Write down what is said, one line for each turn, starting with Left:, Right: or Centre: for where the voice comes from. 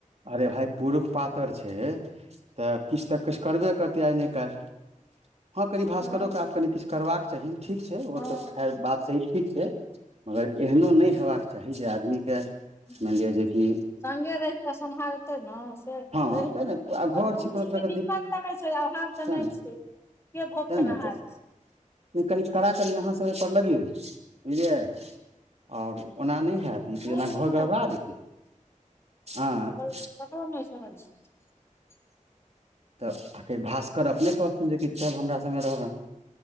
Right: अरे भाय पुरुष पातर छै तऽ किछ तऽ किछ करबे करतै आय ने काइल, हं कनि भास्करो
Left: हँ
Right: के आब कनि किछ करबाक चाही, ठीक छै ओ
Left: हँ
Right: त खैर बात ठीक छै, मगर
Left: हूँ,
Right: एहनो नहि हेबाक चाही जे आदमी के मानि
Left: हूँ।
Right: लिअ जे कि
Left: संगे रहिके सम्हार तै ने से
Right: हँ
Left: रहितै
Right: तेँ
Left: ने
Right: आ घर
Left: कोनो
Right: छै
Left: चीज
Right: तरहके
Left: के दिक्कत तऽ नहि छै, अभाव तऽ
Right: तेँ
Left: नहि
Right: ने
Left: छै। के भोग
Right: तेँ
Left: केनहार
Right: ने
Left: छै।
Right: कनि कड़ा कड़ी अहाँसभ ओहिपर लगियौ बुझलियै। आओर ओना नहि हैत, ई तऽ
Left: नहि
Right: एना घर
Left: सुनै
Right: गड़बड़ा
Left: छै
Right: जेतै, आँय।
Left: ककरो ककरो नहि समय छै।
Right: तऽ आखिर भास्कर अपने कहथुन जे कि चल हमरा संगे रहबै।